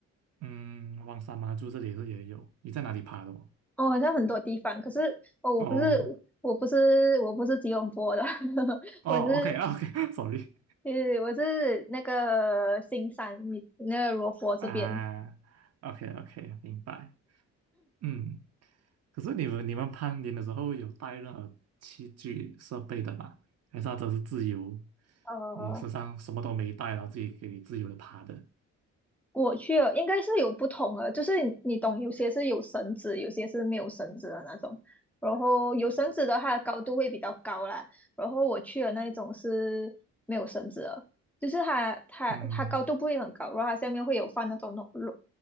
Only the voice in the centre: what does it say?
哦，好像很多地方，可是哦，我不是
我不是我不是吉隆坡的，<laughs>
我是
呃我是那个新山，你那个罗佛这边，
呃，
我去了，应该是有不同的，就是你你懂，有些是有绳子，有些是没有绳子的那种。然后有绳子的，它的高度会比较高啦。然后我去的那一种是没有绳子的，就是它它它高度不会很高，
然后它下面会有放那种软软